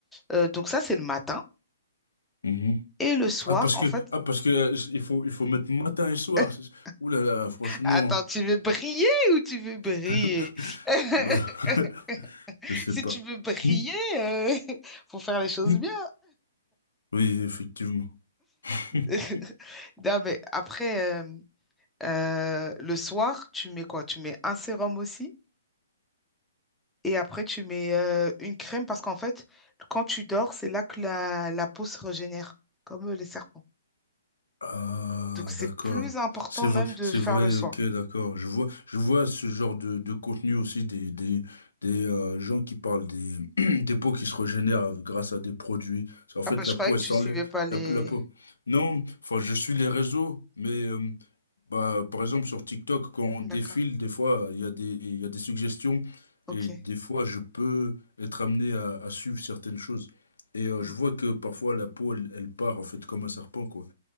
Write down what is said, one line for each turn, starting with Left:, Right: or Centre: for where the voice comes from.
Centre: euh, donc ça, c'est le matin.
Left: mhm.
Centre: Et le soir,
Left: Ah, parce
Centre: en
Left: que,
Centre: fait,
Left: ah, parce que, euh, il faut, il faut mettre matin et soir.
Centre: <laughs>
Left: c'est- Ouh là là, franchement.
Centre: attends, tu veux briller ou tu veux briller?
Left: <laughs>
Centre: <laughs>
Left: Bah, <laughs> je sais
Centre: Si
Left: pas.
Centre: tu veux briller,
Left: Mm,
Centre: euh, <laughs> faut faire les choses
Left: mm.
Centre: bien.
Left: Oui, effectivement.
Centre: <laughs>
Left: <laughs>
Centre: Non, mais après, euh, euh, le soir, tu mets quoi? Tu mets un sérum aussi Et après, tu mets euh, une crème parce qu'en fait, quand tu dors, c'est là que la, la peau se régénère, comme euh, les serpents.
Left: Ah,
Centre: Donc, c'est
Left: d'accord.
Centre: plus important
Left: C'est vrai,
Centre: même de
Left: c'est
Centre: faire
Left: vrai,
Centre: le soin.
Left: ok, d'accord. Je vois, je vois ce genre de, de contenu aussi des, des, des euh, gens qui parlent des, <clears throat> des peaux qui se régénèrent grâce à des produits. C'est- En fait,
Centre: Ah bah, je
Left: la
Centre: croyais
Left: peau,
Centre: que
Left: elle s'enlève,
Centre: tu suivais pas les...
Left: la, la peau. Non, enfin, je suis les réseaux, mais euh, bah, par exemple, sur TikTok, quand on défile,
Centre: D'accord,
Left: des fois, il y a des, il y a des suggestions
Centre: ok.
Left: et des fois, je peux être amené à, à suivre certaines choses. Et euh,
Centre: Mm.
Left: je vois que parfois, la peau, elle, elle part, en fait, comme un serpent, quoi.